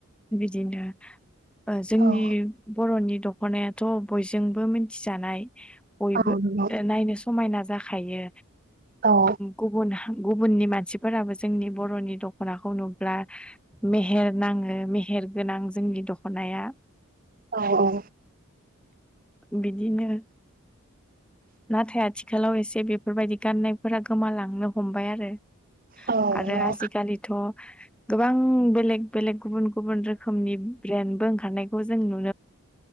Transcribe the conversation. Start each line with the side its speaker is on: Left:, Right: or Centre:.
Centre: बिदिनो जोंनि
Right: औ
Centre: बर'नि दख'नायाथ' बयजोंबो मिथिजानाय। बयबो
Right: औ नंगौ
Centre: नायनो समायना जाखायो।
Right: औ
Centre: गुबुन गुबुननि मानसिफोराबो जोंनि बर'नि दख'नाखौ नुब्ला मेहेर नाङो मेहेर गोनां जोंनि दख'नाया।
Right: औ औ
Centre: बिदिनो। नाथाय आथिखालाव एसे बेफोरबायदि गाननायफोरा गोमालांनो हमबाय आरो।
Right: औ
Centre: आरो
Right: नंगौ
Centre: आजिखालिथ' गोबां बेलेग बेलेग गुबुन गुबुन रोखोमनि ब्रेन्डबो ओंखारनायखौ जों नु